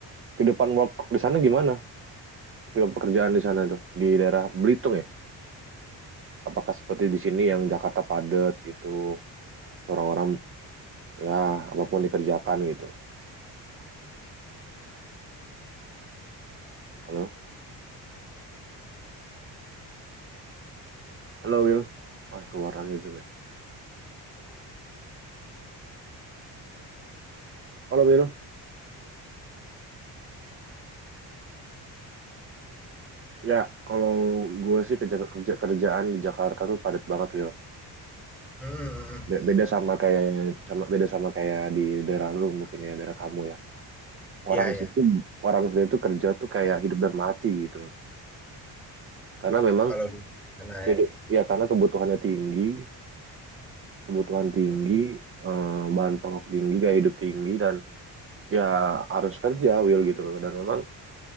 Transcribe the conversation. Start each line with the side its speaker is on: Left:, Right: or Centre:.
Right: kehidupan work di sana gimana? ke pekerjaan di sana tuh di daerah Belitung ya? Apakah seperti di sini yang Jakarta padat gitu, orang-orang ya apapun dikerjakan gitu. Halo, halo Will. Wah keluar lagi zoom ya. Halo Will. Ya kalau gue sih kerja kerja kerjaan di Jakarta tuh padat banget Will.
Centre: Hmm, hmm, hmm.
Right: Be- beda sama kayak sama beda sama kayak di daerah lu mungkin ya daerah kamu ya. Orang
Centre: iya
Right: situ
Centre: ya.
Right: orang situ tuh kerja tuh kayak hidup dan mati gitu loh. Karena memang
Centre: Kalau di sana
Right: hidup-
Centre: ya.
Right: ya karena kebutuhannya tinggi kebutuhan tinggi,
Centre: Hmm, hmm.
Right: eh, bahan pokok tinggi, gaya hidup tinggi, dan ya harus kerja, Will, gitu loh. Dan memang